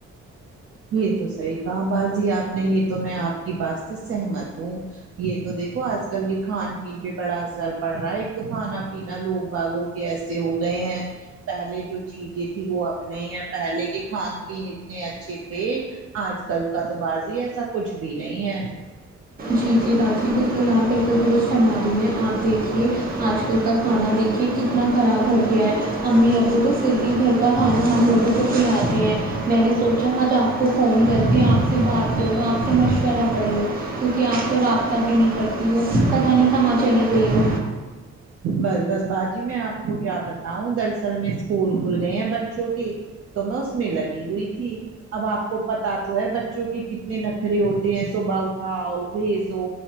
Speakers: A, on the right; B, on the right.
A: یہ تو صحیح کہا باجی آپ نے یہ تو میں آپ کی بات سے سہمت ہوں یہ تو دیکھو آج کل کے کھان پین پہ بڑا اثر پڑ رہا ہے ایک تو کھانا پینا لوگ باگو کےایسے ہو گئے ہیں پہلے جو چیزیں تھی وہ اب نہیں ہے پہلے کے کھان پین اتنے اچھے دیکھ آج کل کا تو بازی ایسا کچھ بھی نہیں ہے
B: جی جی باجی بالکل آپ بالکل درست فرمارہی ہے ہیں آپ دیکھیے آج کل کا کھانا دیکھ یہ کتنا خراب ہوگ گیے امی ابو تو پھر بھی گھر کا کھانا ہم لوگوں کو کھلاتے ہیں میں نے سوچا آج آپ کو کو فون کر کے آپ سے بات کر لو آپ سے مشورہ کر لو کیونکہ آپ تو رابطہ بھی نہیں کرتی ہو پتہ نہیں کہاں چلی گئی ہو
A: بس بس باجی میں آپ کو کیا بتاؤں دراصل میں اسکول کھل گئے ہیں بچوں کے تو میں اس میں لگی ہوئی تھی اب آپ کو پتہ تو ہے بچوں کے کتنے نخرے ہوتے ہیں صبح اٹھاؤ بھیجو